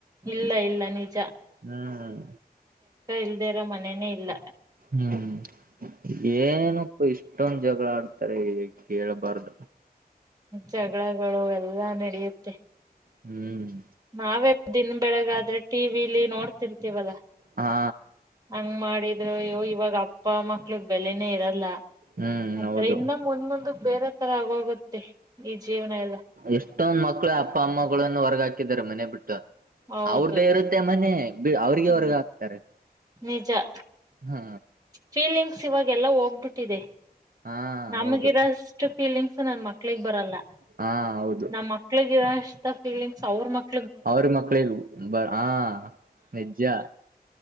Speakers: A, on the right; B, on the right.
A: ಇಲ್ಲ ಇಲ್ಲ ನೀಜ
B: ಹ್ಮ್
A: ಇಲ್ದೇರ ಮನೇನೇ ಇಲ್ಲ
B: ಹ್ಮ್ <inaudible> ಏನಪ್ಪ ಇಷ್ ಎಷ್ಟೊಂದು ಜಗಳ ಆಡ್ತಾರೆ ಕೇಳಬಾರ್ದ
A: ಜಗಳಗಳು ಎಲ್ಲಾ ನಡೆಯುತ್ತೆ
B: ಹ್ಮ್
A: ನಾವೇ ದಿನ್ ಬೆಳಗಾದ್ರೆ ಟಿವ ವಿಲಿ ನೋಡ್ತಿರ್ತವಲ್ಲ
B: ಹಾ
A: ಹಂಗ್ ಮಾಡಿದ್ರ ಇವಾಗ ಅಪ್ಪ ಮಕ್ಳಗ್ ಬೆಲೆನೇ ಇರಲ್ಲ
B: ಹ್ಮ್
A: ಆತರ
B: ಹೌದು
A: ಇನ್ನ ಮುಂದೊಂದು ಬೇರೆ ತರ ಆಗೋಗುತ್ತೆ ಈ ಜೀವನ ಎಲ್ಲ
B: ಎಷ್ಟೊಂದ್ ಮಕ್ಕಳು ಅಪ್ಪ ಅಮ್ಮಗಳನ್ನು ಹೊರ್ಗ ಹಾಕಿದ್ ಮನೆೇ ಬಿಟ್ಟು
A: ಹೌದು
B: ಅವ್ರ್ದೇ ಇರುತ್ತೆ ಮನೆ ಅವ್ರಿಗೆವರ್ಗ
A: ಹ್ಮ್
B: ಹಾಕ್ತಾರೆ
A: ನಿಜ
B: ಹಾ
A: ಫೀಲಿಂಗ್ಸ್ ಇವಾಗೆಲ್ಲ ಹೋಗ್ಬಿಟ್ಟಿದೆ
B: ಹಾ
A: ನಮಗಿರೋಷ್ಟು
B: ಹೌದು
A: ಫೀಲಿಂಗ್ಸ್ ನನ್ ಮಕ್ ಕ್ಲಿಕ್ ಬರಲ್ಲ
B: ಹಾ ಹೌದು
A: ನಮ್ಮ ಮಕ್ಳಿಗೆ ಫೀಲಿಂಗ್ಸ್ ಅವ್ರ ಮಕ್ಕ
B: ಅವ್ರ ಮಕ್ಳ ಇಲ್ ಬ ಹಾ ಹ ನಿಜ್ಜಾ